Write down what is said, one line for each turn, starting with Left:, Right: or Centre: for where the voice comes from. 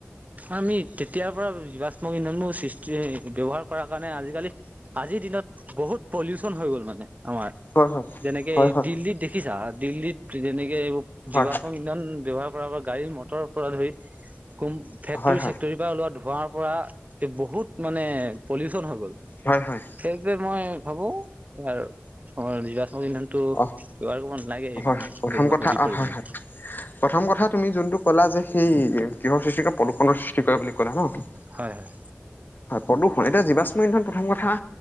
Right: আমি তেতিয়াৰপৰা জীৱাশ্ম ইন্ধনবোৰ সৃষ্টি, ব্যৱহাৰ কৰাৰ কাৰণে আজিকালি- আজিৰ দিনত বহুত পলিউচন হৈ গ'ল মানে। আমাৰ।
Left: হয়
Right: যেনেকে
Left: হয়
Right: এই
Left: হয়
Right: দিল্লীত দেখিছা? দিল্লীত যেনে- কে এইবোৰ
Left: হয়
Right: জীৱাশ্ম ইন্ধন ব্যৱহাৰ কৰা বা গাড়ী মটৰৰ পৰা ধৰি কম ফেক্টৰীচেক্টৰীৰ
Left: হয় হয়
Right: পৰা ওলোৱা ধোঁৱৰ পৰা এই বহুত মানে প্ৰদূষণ হৈ গ'ল।
Left: হয় হয় হয়
Right: সেইটোৱে মই ভাবোঁ, ইয়াৰ অ' জীৱাশ্ম- ইন্ধনটো
Left: অ
Right: ব্যৱহাৰ কৰিব নালাগে ইমান
Left: হয় হয় প্ৰথম
Right: দেশত
Left: কথা
Right: অধিক
Left: অ
Right: পৰিমাণে।
Left: হয় হয় প্ৰথম কথা তুমি যোনটো ক'লা যে সেই কিহৰ সৃষ্টি কৰে প্ৰদূষণৰ সৃষ্টি কৰে বুলি ক'লা ন?
Right: হয়, হয়।
Left: হয় প্ৰদূষণ। এতিয়া জীৱাশ্ম ইন্ধন প্ৰথম কথা,